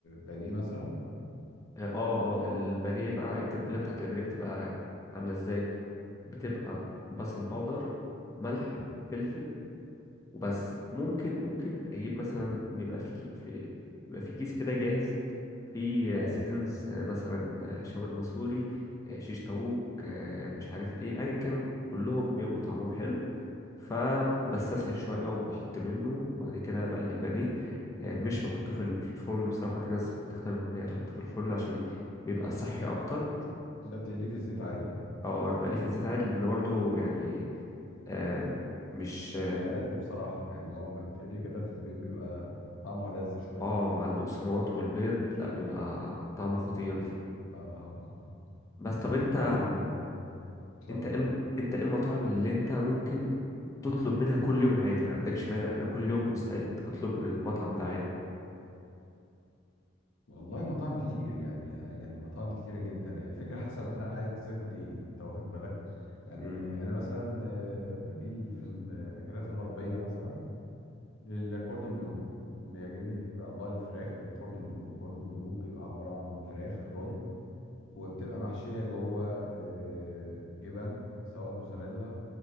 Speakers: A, on the left; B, on the left.
A: بانيه مثلا
B: اه اه آه، البانيه بقى التتبيله بتاعت البانيه بتبقى عامله ازاي بتبقى بصل باودر ملح فلفل وبس ممكن ممكن اجيب مثلا بيبقى في في بيبقى في كيس كده جاهز في
A: اه
B: سيزونز مثلا آه، شاورما سوري آه، شيش طاووق آه، مش عارف ايه ايا كان كلهم بيبقوا طعمهم حلو فبستسهل شويه وبحط منه وبعد كده بقلي البانيه آه، مش بحطه في الفرن بصراحه في ناس بتختار ان هي تحطه في الفرن عشان بيبقى صحي اكتر
A: انت بتقليه في الزيت عادي
B: اه انا بقليه في الزيت عادي لان برضو يعني آم، مش
A: او يبقى لذ بصراحه يعني هو لما بتقلي كده في الزيت بيبقى طعمه لذ شويه
B: اه مع البقسماط والبيض لا بيبقى
A: اه اه
B: طعمه خطير
A: خطير
B: بتح-
A: اه اه اه
B: بس طب انت
A: طيب آه، اتفضل
B: انت ايه الم- انت ايه المطاعم اللي انت ممكن تطلب منها كل يوم عادي ما عندكش مانع انا كل يوم مستعد اطلب من المطعم ده عادي
A: والله مطاعم كتير يعني يعني مطاعم كتيرة جدا هي الفكرة حسب أنا عايز آكل إيه أنت واخد بالك يعني
B: مم.
A: أنا مثلا آه، بميل في الأكلات الغربية مثلا للكوردون بلو بيعجبني في أطباق الفراخ الكوردون بلو الكوردون بلو بيبقى عبارة عن فراخ رول وبتبقى محشية جوه آه، جبن سواء موزاريلا